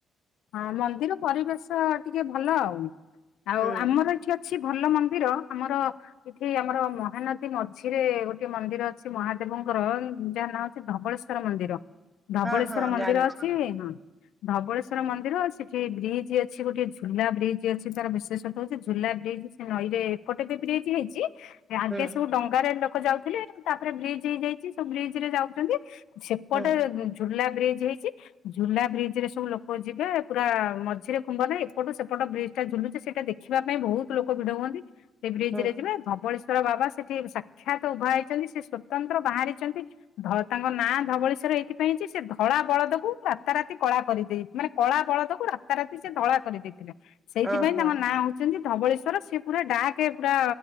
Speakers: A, on the left (about 75°); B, on the right (about 20°).
A: ହଁ ମନ୍ଦିର ପରିବେଶ ଟିକେ ଭଲ ଆଉ। ଆଉ
B: ହୁଁ
A: ଆମର ଏଠି ଅ ଛି ଭଲ ମନ୍ଦିର ଆମର ଏଠି ଆମର ମହାନଦୀ ମଝିରେ ଗୋଟେ ମନ୍ଦିର ଅଛି ମହାଦେବଙ୍କର ଯାହା ନାଁ ଧବଳେଶ୍ଵର ମନ୍ଦିର ଧବଳେଶ୍ଵର
B: ହଁ ହଁ
A: ମନ୍ଦିର
B: ଜାଣିଛି
A: ଅଛି ହଁ ଧବଳେଶ୍ <unintelligible> ର ମନ୍ଦିର ସେଠି ବ୍ରିଜ୍ ଅଛି ଗୋଟେ ଝୁଲା ବ୍ରିଜ୍ ଅଛି ତାର ବିଶେଷତ ହଉଛି ଝୁଲା ବ୍ରିଜ୍ ସେ ନଈ ରେ କଟେତି ବ୍ରିଜି ହେଇଚି ଏ ଆଗେ
B: ହୁଁ
A: ସବୁ ଡଙ୍ଗାରେ ଲୋକ ଯାଉଥିଲେ ତାପରେ ବ୍ରିଜି ହେଇଯାଇଚି ସବୁ ବ୍ରିଜ ରେ ଯାଉଚନ୍ତି। ସେପଟେ
B: ହୁଁ
A: ଝୁଲା ବ୍ରିଜ୍ ହେଇଚି ଝୁଲା ବ୍ରିଜ୍ ରେ ସବୁ ଲୋ କ ଯିବେ ପୁରା ମଝିରେ ଖୁମ୍ବ ନାଇ ଏପଟୁ ସେପଟ ବ୍ରିଜ୍ ଟା ଝୁଲୁଚି ସେଇଟା ଦେଖିବା ପାଇଁ ବହୁତୁ ଲୋକ ଭିଡ ହୁଅନ୍ତି ସେ ବ୍ରିଜ୍
B: ହୁଁ
A: ରେ ଯିବେ ଧବଳେଶ୍ ଶର ବାବା ସେଠି ସାକ୍ଷାତ୍ ଉଭା ହେଇଛନ୍ତି ସେ ସ୍ୱତନ୍ତ୍ର ବାହାରିଚନ୍ତି ଧ ତାଙ୍କ ନାଁ ଧବଳେଶ୍ଵର ଏଇଥିପାଇଁ ଯେ ସେ ଧଳା ବଳଦକୁ ରାତାରାତି କଳା କରିଦେଇ ମାନେ କଳା ବଳଦକୁ ରାତାରାତି ସେ ଧଳା କରିଦେଇଥିଲେ ସେଇଥିପାଇଁ
B: ଓହୋ
A: ତାଙ୍କ ନାଁ ହଉ ଚନ୍ତି ଧବଳେଶ୍ଵର ସିଏ ପୁରା ଡାକେ ପୁରା